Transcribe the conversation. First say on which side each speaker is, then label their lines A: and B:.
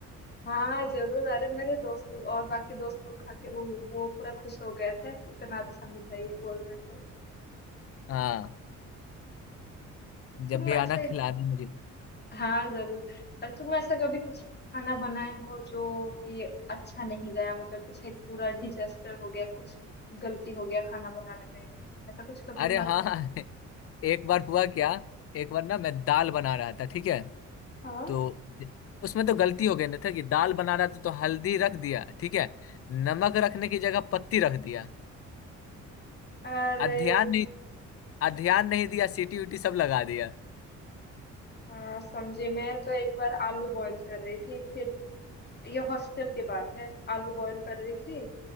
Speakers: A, on the left; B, on the left.
A: हाँ जरूर अरे मेरे दोस्त लोग और बाकी दोस्त लोग खा के वो वो पूरा खुश हो गए थे इतना अच्छा मिठाई है बोल रहे थे
B: हाँ जब
A: तुम
B: भी
A: ऐसे
B: आना खिलाना मुझे
A: हाँ जरूर अ, तुम ऐसा कभी कुछ खाना बनाए हो जो कि अच्छा नहीं गया मतलब कुछ एक पूरा डिजास्टर हो गया कुछ गलती हो गया खाना बनाने में ऐसा कुछ कभी
B: अरे
A: हुआ
B: हाँ
A: था
B: <laughs> एक बार हुआ क्या एक बार ना मैं दाल बना रहा था ठीक है
A: हाँ
B: तो उसमें तो गलती हो गई ना था कि दाल बना रहा था तो हल्दी रख दिया ठीक है नमक रखने की जगह पत्ती रख दिया
A: अरे
B: और ध्यान नहीं और ध्यान नहीं दिया सीटी उटी सब लगा दिया
A: हाँ समझे मैं तो एक बार आलू बॉईल कर रही थी फिर ये हॉस्टल की बात है आलू बॉईल कर रही थी